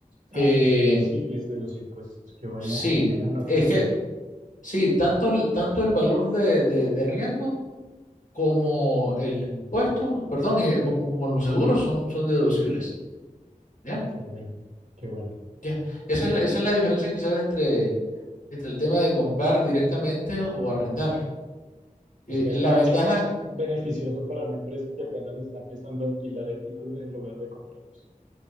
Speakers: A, on the right; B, on the left.
A: Ah,
B: Eh,
A: son deducibles de los impuestos. Qué buena,
B: sí,
A: qué buena noticia.
B: es que sí, tanto el, tanto el valor de, de, de arriendo como el impuesto, perdón, eh, como, como los seguros son, son deducibles. ¿Ya?
A: Qué bueno, qué bueno.
B: Ya. Esa es la, esa es la diferencia quizás entre, Este el tema de comprar directamente o, o arrendar.
A: O
B: Eh,
A: sea,
B: la
A: es mucho
B: ventaja,
A: más beneficioso para una empresa que apenas está empezando a alquilar equipos en lugar de comprarlos.